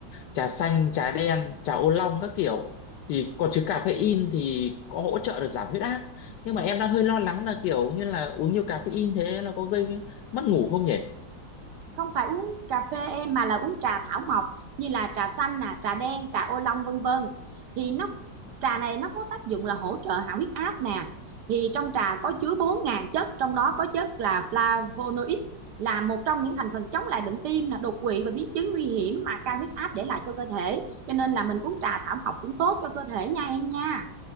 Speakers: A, on the left; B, on the right.
A: trà xanh, trà đen, trà ô long các kiểu thì có chứa caffeine thì có hỗ trợ được giảm huyết áp. Nhưng mà em đang hơi lo lắng là kiểu như là uống nhiều caffeine thế là có gây mất ngủ không nhỉ?
B: không phải uống cà phê em mà là uống trà thảo mộc như là trà xanh nè trà đen trà ô long vân vân thì nó trà này nó có tác dụng là hỗ trợ hạ huyết áp nè thì trong trà có chứa bốn ngàn chất trong đó có chất là flavonoid là một trong những thành phần chống lại bệnh tim nè đột quỵ và biến chứng nguy hiểm mà cao huyết áp để lại cho cơ thể cho nên là mình uống trà thảo mộc cũng tốt cho cơ thể nha em nha